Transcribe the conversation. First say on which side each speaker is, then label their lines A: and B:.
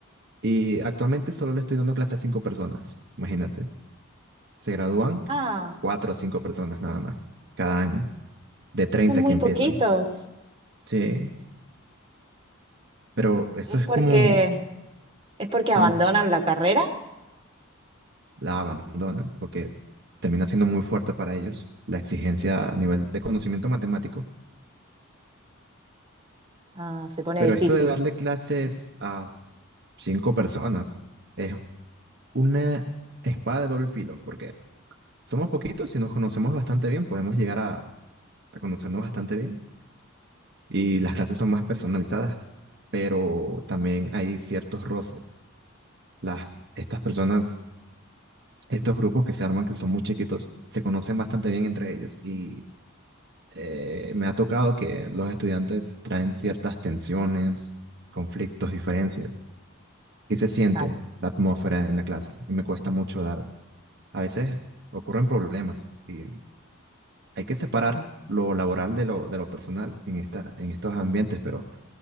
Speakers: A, on the right; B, on the right.
A: Y actualmente solo le estoy dando clases a cinco personas, imagínate. Se gradúan
B: Ah,
A: cuatro o cinco personas nada más cada año, de 30
B: son muy
A: que empiezan.
B: poquitos.
A: Sí, pero eso
B: Es
A: es
B: porque,
A: como
B: es porque
A: tan
B: abandonan la carrera.
A: la abandonan porque termina siendo muy fuerte para ellos la exigencia a nivel de conocimiento matemático.
B: Ah, se pone
A: Pero
B: difícil.
A: esto de darle clases a s- cinco personas es una espada de doble filo porque somos poquitos y nos conocemos bastante bien, podemos llegar a, a conocernos bastante bien y las clases son más personalizadas, pero también hay ciertos roces. Las, estas personas, estos grupos que se arman, que son muy chiquitos, se conocen bastante bien entre ellos y eh, me ha tocado que los estudiantes traen ciertas tensiones, conflictos, diferencias y se siente
B: Claro.
A: la atmósfera en la clase y me cuesta mucho dar. A veces ocurren problemas y hay que separar lo laboral de lo, de lo personal en esta, en estos ambientes, pero...